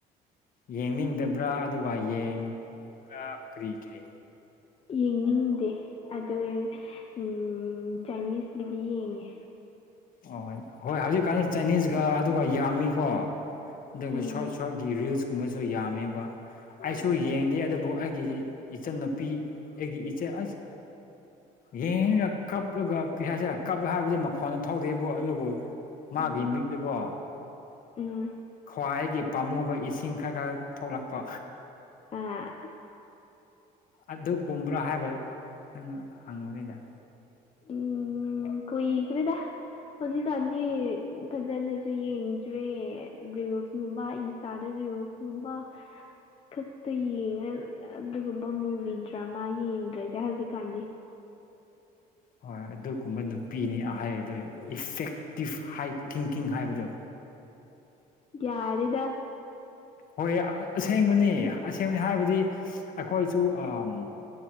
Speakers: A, on the left; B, on the left.
A: ꯌꯦꯡꯅꯤꯡꯗꯕ꯭ꯔꯥ ꯑꯗꯨꯒ ꯌꯦꯡꯕ꯭ꯔꯥ ꯀꯔꯤꯒꯤ
B: ꯌꯦꯡꯅꯤꯡꯗꯦ ꯑꯗꯨꯏ ꯎꯝ ꯆꯥꯏꯅꯤꯁꯀꯤꯗꯤ ꯌꯦꯡꯉꯦ
A: ꯑꯣ ꯍꯣꯏ ꯍꯧꯖꯤꯛꯀꯥꯟꯗꯤ ꯆꯥꯏꯅꯤꯁꯒ ꯑꯗꯨꯒ ꯌꯥꯝꯃꯤꯀꯣ ꯑꯗꯨꯒ
B: ꯎꯝ
A: ꯁꯣꯔꯠ ꯁꯣꯔꯠꯀꯤ ꯔꯤꯜꯁ ꯀꯨꯝꯕꯁꯨ ꯌꯥꯝꯃꯦꯕ ꯑꯩꯁꯨ ꯌꯦꯡꯗꯦ ꯑꯗꯨꯕꯨ ꯑꯩꯒꯤ ꯏꯆꯟꯅꯨꯄꯤ ꯑꯩꯒꯤ ꯏꯆꯦ ꯑꯁ ꯌꯦꯡꯉꯒ ꯀꯞꯂꯒ ꯀꯩ ꯍꯥꯏꯁꯤꯔ ꯀꯞꯂ ꯍꯥꯏꯕꯗꯤ ꯃꯈꯣꯟꯅ ꯊꯧꯗꯦꯕꯨ ꯑꯗꯨꯕꯨ ꯃꯥꯒꯤ
B: ꯎꯝ
A: ꯃꯤꯛꯇꯀꯣ
B: ꯎꯝ
A: ꯈ꯭ꯋꯥꯏꯒꯤ ꯄꯥꯝꯃꯨꯕ ꯏꯁꯤꯡ ꯈꯔ ꯈꯔ ꯊꯣꯛꯂꯛꯄ
B: ꯑꯥ
A: ꯑꯗꯨ ꯀꯨꯝꯕ꯭ꯔꯥ ꯍꯥꯏꯕ ꯅꯪ ꯍꯥꯡꯕꯅꯤꯗ
B: ꯎꯝ ꯀꯨꯢꯈ꯭ꯔꯦꯗ ꯍꯧꯖꯤꯛꯀꯥꯟꯗꯤ ꯐꯖꯅꯁꯨ ꯌꯦꯡꯗ꯭ꯔꯦ ꯔꯤꯜꯁꯒꯨꯝꯕ ꯏꯟꯁꯇꯥꯗ ꯔꯤꯜꯁ ꯒꯨꯝꯕ ꯈꯛꯇ ꯌꯦꯡꯉ ꯑꯗꯨꯒꯨꯝꯕ ꯃꯨꯚꯤ ꯗ꯭ꯔꯃꯥ ꯌꯦꯡꯗ꯭ꯔꯦꯗꯤ ꯍꯧꯖꯤꯛꯀꯥꯟꯗꯤ
A: ꯍꯣꯏ ꯑꯗꯨꯒꯨꯝꯕ ꯅꯨꯄꯤꯅꯤ ꯍꯥꯏ ꯑꯗꯨ ꯏꯐꯦꯛꯇꯤꯞ ꯍꯥꯏ ꯊꯤꯡꯀꯤꯡ ꯍꯥꯏꯕꯗꯣ
B: ꯌꯥꯔꯦꯗ
A: ꯍꯣꯏ ꯑꯁꯦꯡꯕꯅꯤ ꯑꯁꯦꯡꯕꯅꯤ ꯍꯥꯏꯕꯗꯤ ꯑꯩꯈꯣꯏꯁꯨ ꯑꯝ